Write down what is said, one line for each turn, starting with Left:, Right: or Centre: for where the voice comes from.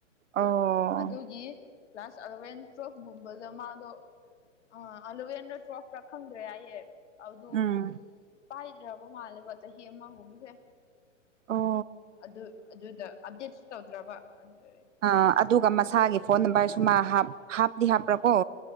Right: ꯑꯣ
Left: ꯑꯗꯨꯒꯤ ꯀ꯭ꯂꯥꯁ ꯑꯦꯂꯚꯦꯟ ꯇꯨꯋꯦꯜ ꯒꯨꯝꯕꯗ ꯃꯥꯗꯣ ꯑ ꯑꯂꯕꯦꯟꯗ ꯇꯨꯋꯦꯐꯔ ꯈꯪꯗ꯭ꯔꯦ ꯑꯩ ꯑꯗꯨ
Right: ꯎꯝ
Left: ꯄꯥꯢ ꯔꯕ ꯃꯥꯜꯂꯦꯕ ꯆꯍꯤ ꯑꯃꯒꯨꯝꯕꯁꯦ
Right: ꯑꯣ
Left: ꯑꯗꯨ ꯑꯗꯨꯗ ꯑꯞꯗꯦꯠꯁꯨ ꯇꯧꯗ꯭ꯔꯕ ꯑꯗꯨꯏ
Right: ꯑꯥ ꯑꯗꯨꯒ ꯃꯁꯥꯒꯤ ꯐꯣꯟ ꯅꯝꯕꯔꯁꯨ ꯃꯥ ꯍꯥꯞ ꯍꯥꯞꯇꯤ ꯍꯥꯞꯄ꯭ꯔꯀꯣ